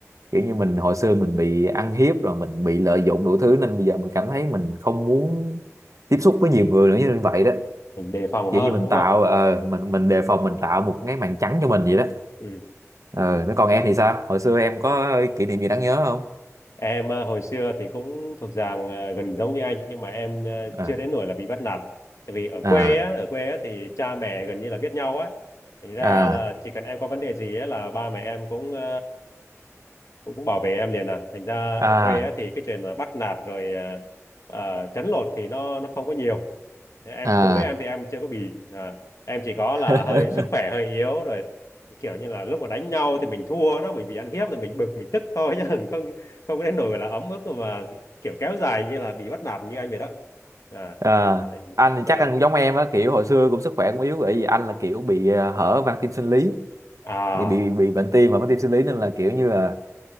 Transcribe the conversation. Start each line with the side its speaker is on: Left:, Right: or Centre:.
Right: kiểu như mình hồi xưa mình bị ăn hiếp rồi mình bị lợi dụng đủ thứ nên bây giờ mình cảm thấy mình không muốn tiếp xúc với nhiều người nữa như vậy đó
Left: mình đề phòng
Right: kiểu
Left: hơn
Right: như mình
Left: đúng
Right: tạo
Left: không
Right: ờ, mình mình đề phòng mình tạo một cái màn trắng cho mình vậy đó
Left: ừ
Right: ờ nó còn em thì sao hồi xưa em có kỷ niệm gì đáng nhớ không
Left: Em ờ, hồi xưa thì cũng thuộc dạng ờ, gần giống như anh nhưng mà em ờ,
Right: à
Left: chưa đến nỗi là bị bắt nạt. Tại vì ở quê
Right: à
Left: á, ở quê á thì cha mẹ gần như là biết nhau á. Thành ra
Right: à
Left: là chỉ cần em có vấn đề gì á là ba mẹ em cũng ờ, cũng cũng bảo vệ em liền à. Thành ra
Right: à
Left: ở quê á thì cái chuyện mà bắt nạt rồi ờ, ờ, trấn lột thì nó nó không có nhiều. Thế Em
Right: à
Left: đối với em thì em chưa có bị à, em chỉ có là
Right: <laughs>
Left: hơi sức khỏe hơi yếu rồi kiểu như là lúc mà đánh nhau thì mình thua nó mình bị ăn hiếp thì mình bực mình tức thôi <laughs> chứ không không đến nỗi là ấm ức mà kiểu kéo dài như là bị bắt nạt như anh vậy đó à
Right: à anh
Left: thành
Right: thì
Left: ra
Right: chắc anh cũng giống em á kiểu hồi xưa cũng sức khỏe cũng yếu bởi vì anh là kiểu bị ờ, hở van tim sinh lý
Left: à
Right: bị bị bị bệnh tim và van tim sinh lý nên là kiểu như là